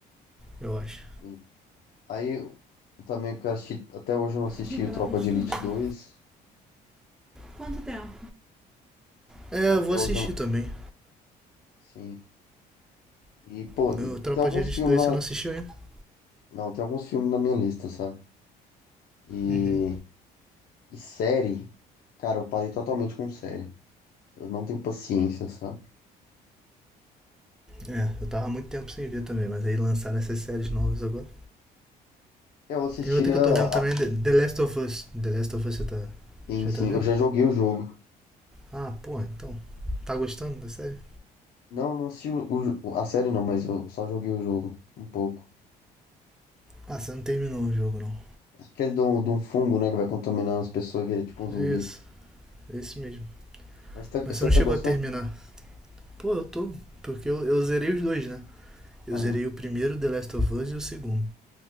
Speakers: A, in the centre; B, on the left (about 60°).
A: eu acho.
B: sim. Aí eu também quero assistir. Até hoje eu não assisti
A: Vê pra
B: o Tropa
A: ela ter estudado.
B: de Elite dois
A: Quanto tempo? É,
B: Até
A: eu vou assistir
B: hoje eu não.
A: também.
B: Sim. E, pô,
A: Meu
B: e
A: Tropa
B: tem alguns
A: de Elite
B: filmes
A: 2
B: na.
A: você não assistiu ainda?
B: Não, tem alguns filmes na minha lista, sabe? E.
A: Uhum.
B: E série, cara, eu parei totalmente com série. Eu não tenho paciência, sabe?
A: É, eu tava há muito tempo sem ver também, mas aí lançaram essas séries novas agora.
B: Eu assistia.
A: Tem outra que eu tô vendo
B: a-
A: também, The The Last of Us. The Last of Us você tá.
B: Sim,
A: Já
B: sim,
A: tá vendo?
B: eu já joguei o jogo.
A: Ah, pô, então. Tá gostando da série?
B: Não, não assisti o, o jo- a série não, mas eu só joguei o jogo um pouco.
A: Ah, você não terminou o jogo não.
B: Aquele de um, de um fungo, né, que vai contaminando as pessoas e vira tipo um zumbi.
A: É isso, é isso mesmo.
B: Mas tá-
A: Mas
B: você
A: você não
B: tá
A: chegou
B: gostando?
A: a terminar. Pô, eu tô. Porque eu, eu zerei os dois, né? Eu
B: Aham.
A: zerei o primeiro, The Last of Us, e o segundo.